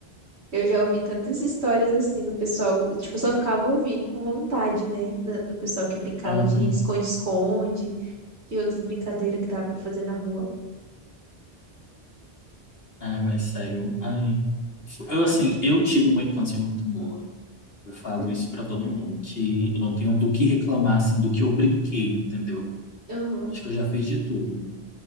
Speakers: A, on the right; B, on the left.
A: Eu já ouvi tantas histórias assim do pessoal, tipo, eu só ficava ouvindo e com vontade, né? da- Do, pessoal que brincava
B: Aham.
A: de esconde-esconde, de outras brincadeiras que dá pra fazer na rua.
B: Ai, mas sério, ai. Eu, assim, eu tive uma infância muito boa. Eu falo
A: Hum,
B: isso pra todo mundo, que eu não tenho do que reclamar, assim, do que eu brinquei, entendeu?
A: Aham.
B: Acho que eu já fiz de tudo,